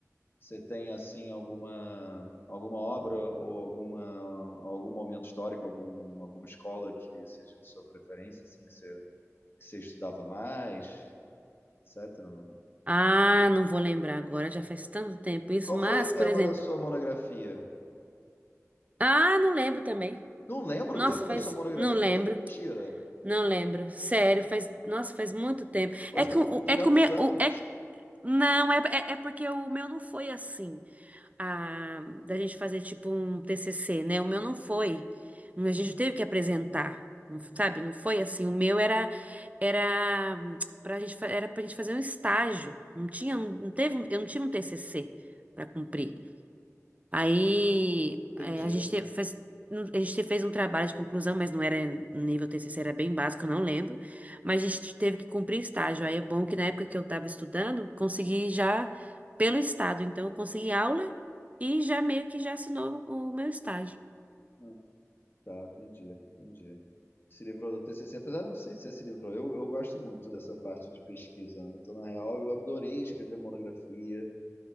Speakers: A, on the left; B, on the right.
A: Você tem assim alguma alguma obra ou alguma algum momento histórico, algum alguma escola que seja de sua preferência, assim que você que você estudava mais, etc. Não?
B: Ah, não vou lembrar agora, já faz tanto tempo isso,
A: Qual
B: mas,
A: foi o tema
B: por exemplo,
A: da sua monografia?
B: ah, não lembro também.
A: Não lembro
B: Nossa,
A: o tema
B: faz,
A: da sua monografia?
B: não lembro,
A: Mentira.
B: não lembro, sério, faz, nossa, faz muito tempo.
A: Pô,
B: É
A: Você está
B: que o,
A: com 200
B: o- é que o meu,
A: anos?
B: o- é que, não, é, é, é porque o meu não foi assim. a- da gente fazer tipo um TCC, né? O meu não foi, a gente teve que apresentar, não- sabe? Não foi assim. O meu era era para gente fa- era para gente fazer um estágio. Não tinha, não teve, um- eu não tive um TCC para cumprir. Aí é,
A: Entendi.
B: a gente te- fez, não- a gente te- fez um trabalho de conclusão, mas não era nível TCC, era bem básico, eu não lembro. Mas a gente teve que cumprir estágio. Aí é bom que na época que eu estava estudando, consegui já pelo estado. Então eu consegui aula e já meio que já assinou o meu estágio.
A: Hum, Tá, entendi, entendi. Se livrou do TCC, apesar de não sei se você se livrou. Eu, eu gosto muito dessa parte de pesquisa, né? Então, na real, eu adorei escrever monografia,